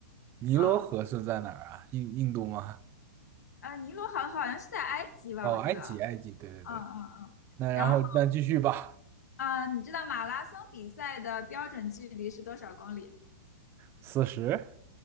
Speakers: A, on the right (about 25°); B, on the left (about 85°).
A: 尼罗河是在哪儿啊？
B: 啊，
A: 印印度吗？
B: 呃，尼罗河好像是在埃及吧，
A: 哦，
B: 我记得。
A: 埃及，埃及，对对对。
B: 嗯嗯嗯。
A: 那然后那继续吧，
B: 然后，嗯、你知道马拉松比赛的标准距离是多少公里？
A: 四十